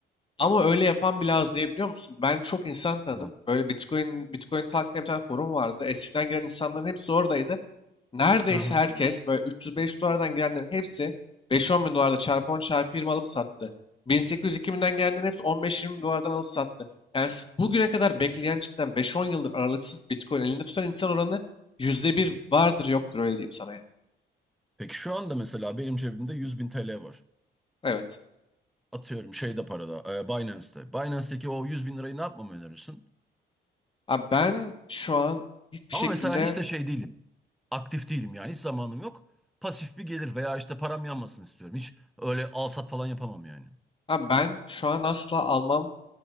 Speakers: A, on the left (about 25°); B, in the centre.
A: Ama öyle yapan bile az diye biliyor musun? Ben çok insan tanıdım.
B: Hı.
A: Böyle Bitcoin, Bitcoin Talk diye bir tane forum vardı. Eskiden giren insanların hepsi oradaydı. Neredeyse
B: Hı hı.
A: herkes böyle 300-500 dolardan girenlerin hepsi 5-10 bin dolarda çarpı 10 çarpı 20 alıp sattı. 1800-2000'den gelenlerin hepsi 15-20 dolardan alıp sattı. Yani s- bugüne kadar bekleyen cidden 5-10 yıldır aralıksız Bitcoin elinde tutan insan oranı yüzde bir vardır yoktur öyle diyeyim sana yani.
B: Peki şu anda mesela benim cebimde 100 bin TL var.
A: Evet.
B: Atıyorum şeyde parada, e, Binance'te. Binance'teki o 100 bin lirayı ne yapmamı önerirsin?
A: Abi ben şu an hiçbir
B: Ama
A: şekilde
B: mesela hiç de şey değilim. Aktif değilim yani hiç zamanım yok. Pasif bir gelir veya işte param yanmasın istiyorum. Hiç öyle al sat falan yapamam yani.
A: abi ben şu an asla almam